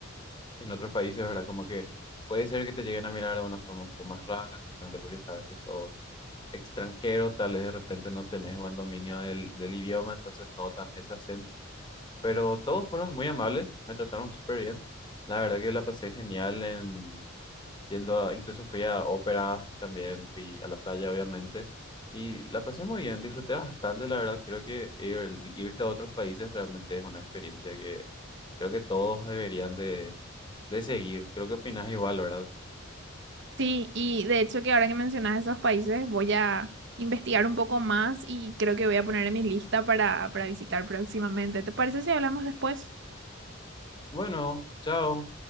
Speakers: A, on the left; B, on the right.
A: en otros países, ¿verdad? Como que puede ser que te lleguen a mirar de una forma un poco más rara, justamente porque saben que sos extranjero, tal vez de repente no tenés buen dominio del, del idioma, entonces notan ese acento. Pero todos fueron muy amables, me trataron súper bien. La verdad que la pasé genial en yendo a, incluso fui a óperas, también fui a la playa, obviamente. Y la pasé muy bien, disfruté bastante, la verdad. Creo que ir- irte a otros países realmente es una experiencia que Creo que todos deberían de, de seguir. Creo que opinas igual, ¿verdad?
B: Sí, y de hecho que ahora que mencionas esos países voy a investigar un poco más y creo que voy a poner en mi lista para, para visitar próximamente. ¿Te parece si hablamos después?
A: Bueno, chao.